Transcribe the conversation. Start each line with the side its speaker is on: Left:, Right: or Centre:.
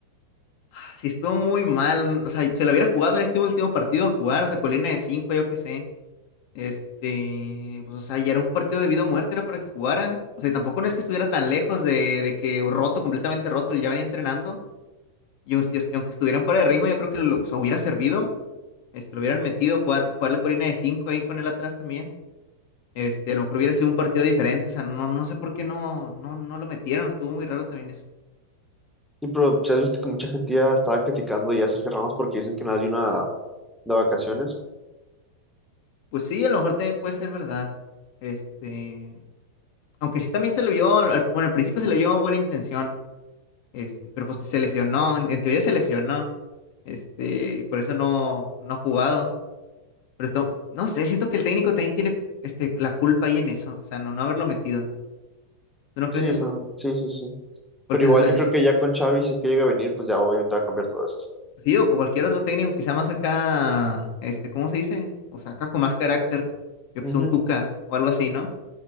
Left: Ah, Sí, estuvo muy mal. O sea, se lo hubiera jugado en este último partido a jugar, o sea, colina de cinco, yo qué sé. Este, pues, o sea, ya era un partido de vida o muerte, era para que jugara. O sea, y tampoco no es que estuviera tan lejos de, de que roto, completamente roto, él ya venía entrenando. Y aun- y aunque estuvieran fuera de ritmo, yo creo que lo, o sea, hubiera servido. Este, lo hubieran metido, jugar, jugar la corina de 5 ahí con él atrás también. Este, a lo mejor hubiera sido un partido diferente. O sea, no, no sé por qué no, no, no lo metieron. Estuvo muy raro también eso.
Centre: Sí, pero si has visto que mucha gente ya estaba criticando ya a Sergio Ramos porque dicen que nada de una de vacaciones.
Left: Pues sí, a lo mejor también puede ser verdad. Este, aunque sí también se le vio, al, al- bueno, al principio se le vio buena intención. Este, pero pues se lesionó, en en teoría se lesionó. Este, y por eso no, no ha jugado. Pero esto- no sé, siento que el técnico también tiene este, la culpa ahí en eso. O sea, no, no haberlo metido. ¿Tú no
Centre: Sí,
Left: crees eso?
Centre: no, sí, sí, sí.
Left: Porque,
Centre: Pero igual
Left: o sea,
Centre: yo
Left: yo
Centre: creo
Left: sí,
Centre: que ya con Xavi, si es que llega a venir, pues ya obviamente va a cambiar todo esto.
Left: sí, o cualquier otro técnico que sea más acá, este, ¿cómo se dice? O sea, acá con más carácter. Yo
Centre: Ujú,
Left: que sé, un Tuca o algo así, ¿no?